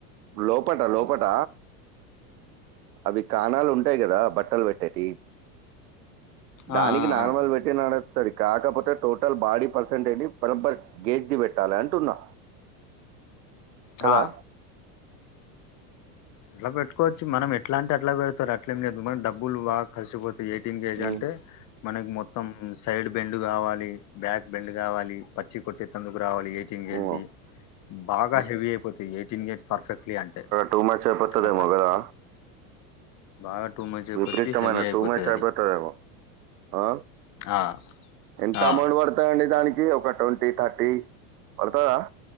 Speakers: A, on the right; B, on the left.
A: లోపట లోపట అవి కాణాలు ఉంటాయి కదా బట్టలు పెట్టేటి దానికి
B: ఆ ఆ
A: నార్మల్
B: ఆ
A: పెట్టే డే నడుస్తుంది కాకపోత టోటల్ బాడీ పర్సెంటేజ్ ని బరంబర్ గేజ్ ది పెట్టాలి అంటున్నా కదా
B: ఆ ఎట్ల పెట్కోవచ్చు మనం ఎట్లాంటే అట్లా పెడతారు అట్లేం లేదు మరి డబ్బులు బక్ ఖర్చుపోతాయి ఎయిటీన్ కేజ్
A: ఉమ్,
B: అంటే మనకి మొత్తం సైడ్ బెండ్ కావాలి బ్యాక్ బెండ్ కావాలి పచ్చి కొట్టే తందుకు రావాలి ఎయిటీన్ గేజ్
A: ఉమ్.
B: ది బాగా హెవీ అయిపోతది ఎయిటీన్ గేజ్ పర్ఫెక్ట్లీ అంటే
A: టూమచప్పత్తదేమొ
B: అట్లా
A: గదా
B: బాగా టూ మచ్ అయిపోతది
A: విపరీతమైన
B: హెవీ అయిపోతది
A: టూమచ్
B: అది
A: ఐపోతదేమో ఆ
B: ఆ
A: ఎంత
B: ఆ
A: అమౌండ్ పడతదండి దానికి ఒక ట్వంటీ థర్టీ పడ్తదా